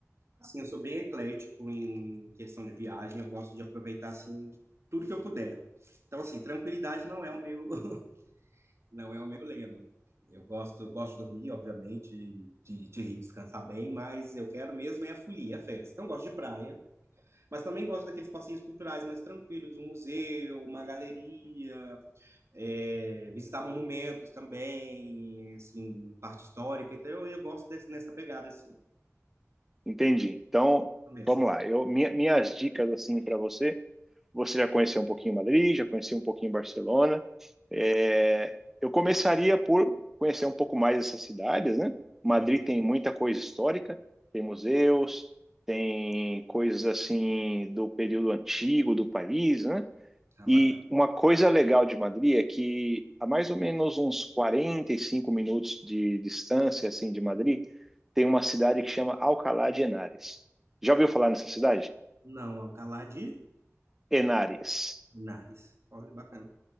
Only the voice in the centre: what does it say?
Entendi. Então,
vamos lá. Eu, minha- minhas dicas assim para você. Você já conheceu um pouquinho Madrid, já conhecia um pouquinho Barcelona. É, eu começaria por conhecer um pouco mais essas cidades, né? Madrid
tem muita coisa histórica, tem museus, tem coisas assim do período antigo do país, né?
E
uma coisa legal de Madrid é que a mais ou menos uns 45 minutos de distância assim de Madrid, tem uma cidade que chama Alcalá de Henares. Já ouviu falar nessa cidade?
Henares.